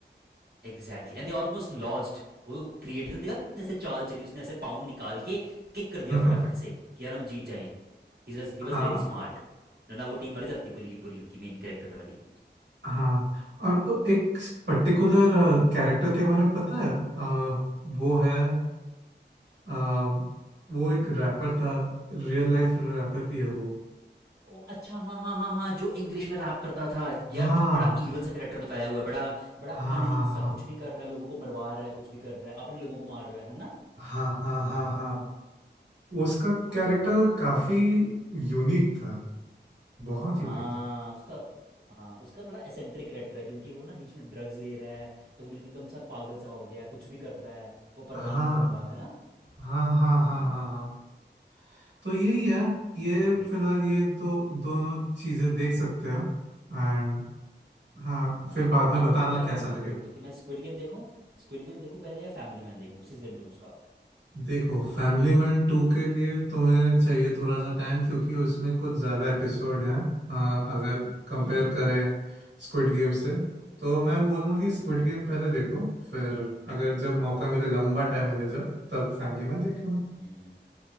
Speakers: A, on the right; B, on the right.
A: exactly and they almost lost वो क्रिएटर ने देखा कितने से चाल चली उसने ऐसे पाँव निकाल के किक कर दिया
B: <laughs>
A: फटाफट से कि यार हम जीत जाएं He was he was
B: हाँ
A: very smart ना वो टीम मर जाती पूरी की पूरी उनकी मेन कैरेक्टर वाली
B: हाँ और उ- एक पर्टिकुलर कैरेक्टर के बारे में पता है अ, वो है अ, वो एक रैपर था रियल लाइफ रैपर भी है वो
A: ओ अच्छा हाँ हाँ हाँ हाँ जो इंग्लिश में रैप करता था यार
B: हाँ
A: जो बड़ा ईवल सा करेक्टर बताया हुआ है बड़ा बड़ा
B: हाँ
A: अनहिंस
B: हाँ हाँ
A: सा कुछ भी कर रहा है लोगों को मरवा रहा है कुछ भी कर रहा है अपने लोगों को मार रहा है है ना
B: हाँ हाँ हाँ हाँ उसका कैरेक्टर
A: हाँ
B: तो काफी यूनिक था बहुत
A: हाँ
B: यूनिक था
A: उसका हाँ उसका थोड़ा एसेंट्रिक करेक्टर है क्योंकि वो ना बीच में ड्रग्स ले रहा है तो फिर बिल्कुल एकदम सा पागल सा हो गया है कुछ भी कर रहा है वो परवाह
B: हाँ
A: नहीं कर रहा है ना
B: हाँ हाँ
A: हाँ
B: हाँ हाँ हाँ तो यही है ये
A: दैट्स क्रेजी
B: फिलहाल ये दो दोनों चीजें देख सकते हैं एंड हाँ
A: हाँ
B: फिर
A: तो
B: बाद में
A: आप
B: बताना
A: मुझे क्या रिकमेंड
B: कैसा लगे
A: करोगे कि मैं स्क्विड गेम देखूं स्क्विड गेम देखूं पहले या फैमिली मैन देखूं सीजन टू उसका
B: देखो फैमिली मैन टू के लिए तुम्हें चाहिए थोड़ा सा टाइम क्योंकि उसमें कुछ ज़्यादा एपिसोड हैं हाँ, अगर कंपेयर
A: हम्म
B: करें स्क्विड गेम से तो मैं बोलूँगा कि स्क्विड
A: हम्म
B: गेम पहले देखो फिर अगर जब मौका मिले लंबा टाइम मिले जब तब फैमिली मैन देख लेना
A: हम्म